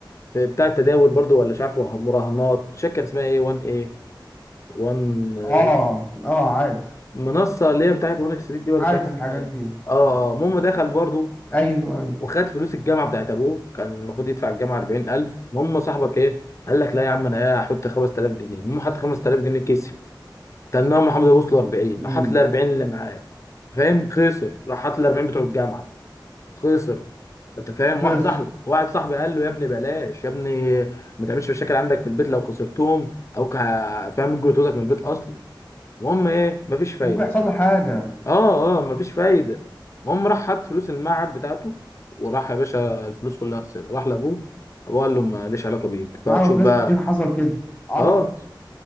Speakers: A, on the left; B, on the left.
A: في بتاع التداول برضه ولا مش عارف مراهنات شركه كان اسمها ايه 1 ايه 1
B: آه آه عارف
A: منصه اللي هي بتاعت 1 اكس بيت دي ولا
B: عارف
A: مش عارف
B: الحاجات
A: اسمها ايه
B: دي
A: اه آه، المهم دخل برضه
B: أيوه أيوه
A: وخد فلوس الجامعه بتاعت ابوه كان المفروض يدفع الجامعه 40000 المهم صاحبك ايه قال لك لا يا عم انا ايه هحط 5000 جنيه المهم حط 5000 جنيه كسب تنام محمد ابو وصل 40 راح
B: أمم
A: حاط ال 40 اللي معاه فاهم خسر راح حاط ال 40 بتوع الجامعه خسر انت فاهم
B: بس
A: واحد صاحبي واحد صاحبي قال له يا ابني بلاش يا ابني ما تعملش مشاكل عندك في البيت لو خسرتهم او ك- فاهم ممكن يطردك من البيت اصلا المهم ايه مفيش فايده
B: ممكن يحصل له حاجة
A: اه اه مفيش فايده المهم راح حط فلوس المعهد بتاعته وراح يا باشا الفلوس كلها خسر راح لابوه ابوه قال له ماليش علاقه بيك بقى
B: أنا أعرف
A: تشوف
B: ناس
A: بقى
B: كتير حصل كده أعرف
A: اه